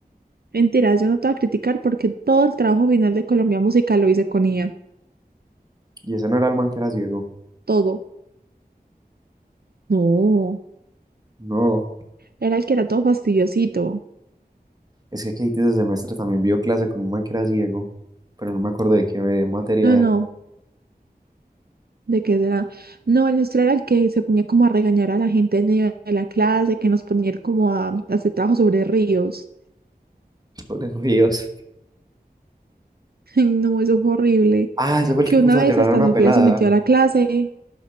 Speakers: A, on the right; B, on the right.
A: Mentira, yo no te voy a criticar porque todo el trabajo final de Colombia Música lo hice con IA.
B: Y ese no era el man que era ciego.
A: Todo. No,
B: No.
A: era el que era todo fastidiosito.
B: Es que Katie ese semestre también vio clase con un man que era ciego, pero no me acuerdo de qué materia
A: No,
B: de
A: no, ¿de qué será? No, el nuestro era el que se ponía como a regañar a la gente en medio de la clase, que nos ponía como a hacer trabajo sobre ríos.
B: <laughs> Sobre ríos.
A: <laughs> Ay, no, eso fue horrible.
B: Ah, ese fue
A: que
B: el que
A: una
B: puso
A: vez
B: a llorar
A: hasta
B: a una
A: Sofía
B: pelada.
A: se metió a la clase.